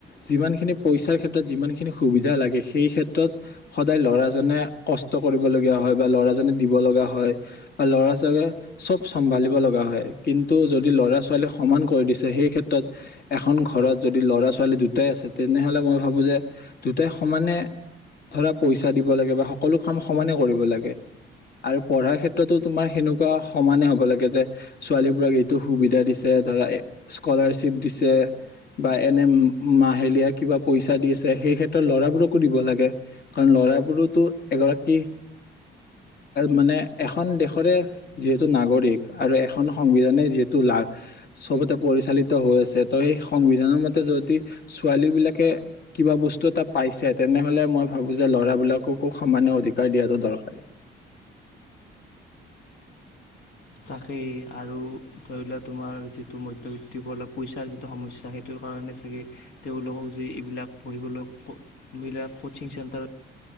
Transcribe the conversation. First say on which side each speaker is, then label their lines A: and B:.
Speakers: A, on the left; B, on the left.
A: যিমান খিনি পইচা ক্ষেত্ৰত যিমানখিনি সুবিধা লাগে সেই ক্ষেত্ৰত সদায় ল'ৰাজনে কষ্ট কৰিব লগীয়া হয় বা ল'ৰাজনে দিব লগা হয় বা ল'ৰাজনে চব চম্ভালিব লগা হয়। কিন্তু যদি ল'ৰা ছোৱালী সমান কৰি দিছে সেই ক্ষেত্ৰত এখন ঘৰত যদি ল'ৰা ছোৱালী দুটাই আছে তেনেহলে মই ভাব বো যে দুটাই সমানে ধৰা পইচা দিব লাগে বা সকলো কাম সমানে কৰিব লাগে আৰু পঢ়াৰ ক্ষেত্ৰতো তোমাৰ সেনেকুৱা সমানে হব লাগে যে ছোৱালীবোৰক এইটো সুবিধা দিছে ধৰা স্কলাৰশ্বিপ দিছে বা এনে মাহেলীয়া কিবা পইচ- তা দি আছে সেই ক্ষেত্ৰত ল'ৰাবোৰকো দিব লাগে। কাৰণ ল'ৰাবোৰতো এগৰাকী মানে এখন দেশৰে যিহেতু নাগৰিক আৰু এখন সংবিধানে যিহেতু লা চবতে পৰিচালিত হৈ আছে ত সেই সংবিধানৰ মতে যদি ছোৱালী বিলাকে কিবা বস্তু এটা পাইছে তেনেহলে মই ভাবো যে ল'ৰাবিলাককো সমানে অধিকাৰ দিয়াটো দৰকাৰী।
B: তাকেই আৰু ধৰি লোৱা তোমাৰ যিটো মধ্যবিত্তি পইচাৰ যিটো সমস্যা সেইটোৰ কাৰণে চাগে তেওঁলোকক যে এইবিলাক পঢ়িবলৈ বিলাক কোচিং চেণ্টাৰত